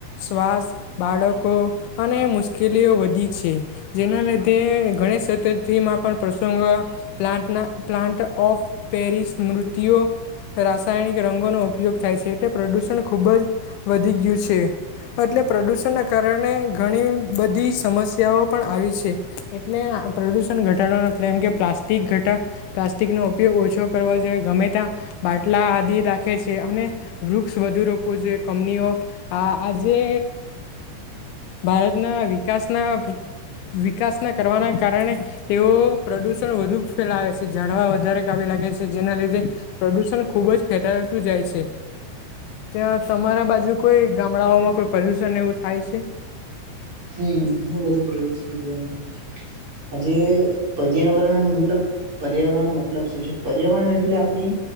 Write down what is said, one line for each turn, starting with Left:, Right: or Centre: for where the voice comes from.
Left: શ્વાસ બાળકો અને મુશ્કેલીઓ વધી છે જેના લીધે ગણેશ ચતુર્થીમાં પણ પ્રસંગો પ્લાટના પ્લાન્ટ ઓફ પેરિસ મૃત્યઓ રાસાયણિક રંગોનો ઉપયોગ થાય છે એટલે પ્રદુષણ ખુબ જ વધી ગયું છે. આટ ટલે પ્રદુષણ ના કારણે ઘણી બધી સમસ્યાઓ પણ આવી છે. એટલે પ્રદૂષણ ઘટાડવાનું એટલે એમ કે પ્લાસ્ટિક ઘટા પ્લા પસ્ટિકનો ઉપયોગ ઓછો કરવા જોઈએ ગમે ત્યાં બાટલા આદિ રાખે છે અને વૃક્ષ વધુ રો જે કમનીઓ આ આજે ભારતના વિકાસ ના વિકાસ ના કરવાના કારણે તેઓ પ્રદુષણ વધુ ફેલાવે છે. જાઝડવા વધારે કાપી લાગે છે જેના લીધે પ્રદૂષણ ખૂબ જ ફેટતું જાય છે. ત્યાં તમારા બાજુ કોઈ ગામડાઓમાં કોઈ પલ્યુશન એવું થાય છે.
Right: હમ ઘણું બધું પ્રદુષણ જોવા મળે છે આજે પર્યાવરણ મતલબ પર્યાવરણ નો મતલબ શું છે પર્યાવરણ એટલે આપણી